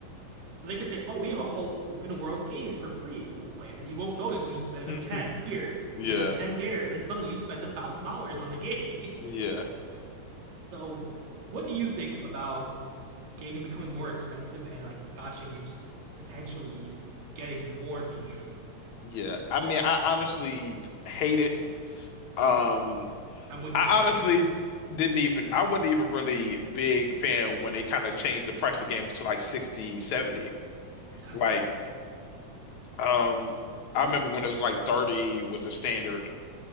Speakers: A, on the right; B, on the left.
A: So they could say, "Oh, we have a whole open world game for free to play," and then you won't notice when you spend
B: <laughs>
A: a ten here
B: Yeah,
A: and then a ten there, and then suddenly you spent a thousand dollars on the game.
B: yeah,
A: <laughs> so, what do you think about gaming becoming more expensive and like gotcha games potentially getting more mainstream?
B: yeah. I mean, I honestly hate it. Um,
A: I'm with
B: I
A: you there.
B: honestly didn't even, I wasn't even really big fan when they kind of changed the price of games to like 60, 70.
A: <laughs> yes,
B: Like, um, I remember when it was like 30 was the standard,